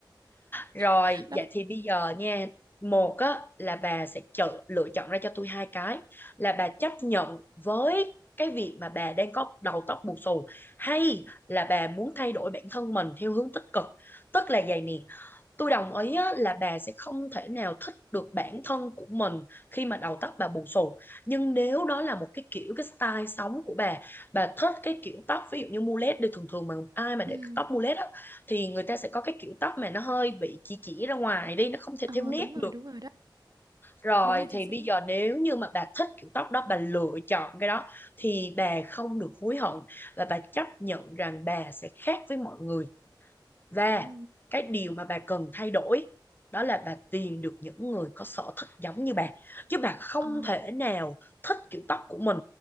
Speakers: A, on the left; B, on the right.
A: rồi
B: <laughs> Đó
A: vậy
B: là,
A: thì bây giờ nha một á là bà sẽ chọn lựa chọn ra cho tôi hai cái là bà chấp nhận với cái việc mà bà đang có đầu tóc bù xù hay là bà muốn thay đổi bản thân mình theo hướng tích cực tức là vậy nè Tôi đồng ý á, là bà sẽ không thể nào thích được bản thân của mình khi mà đầu tóc bà bù xù. Nhưng nếu đó là một cái kiểu cái style sống của bà, bà thích cái kiểu tóc ví dụ như mullet đi thường thường mà ai mà để
B: ừ,
A: tóc mullet á thì người ta sẽ có cái kiểu tóc mà nó hơi bị chỉ chỉ ra ngoài đi, nó không thể
B: ờ,
A: theo nét
B: đúng rồi,
A: được.
B: đúng rồi đó.
A: Rồi
B: Đúng rồi, chính
A: thì
B: xác.
A: bây giờ nếu như mà bà thích kiểu tóc đó bà lựa chọn cái đó thì bà không được hối hận và bà chấp nhận rằng bà sẽ khác với mọi người và
B: Ừ.
A: cái điều mà bà cần thay đổi đó là bà tìm được những người có sở thích giống như bà. Chứ bà không
B: Ờ,
A: thể nào thích kiểu tóc của mình